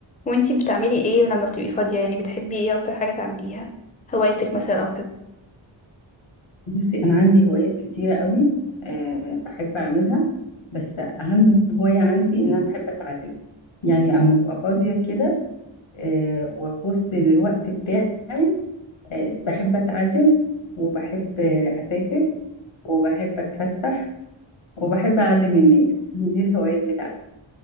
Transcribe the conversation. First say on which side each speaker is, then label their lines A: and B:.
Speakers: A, on the left; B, on the left.
A: وانتي بتعملي ايه لما بتبقي فاضية يعني بتحبي ايه اكتر حاجة تعمليها هوايتك مثلا او كده
B: بصي أنا عندي هوايات كتيرة قوي أه بحب أعملها بس أهم هواية عندي إن أنا بحب أتعلم يعني أما أبقى فاضية
A: مم.
B: كده أه وأبص للوقت بتاعي أه بحب أتعلم وبحب آه، أسافر وبحب أتفسح وبحب أعلم الناس دي الهوايات بتاعتي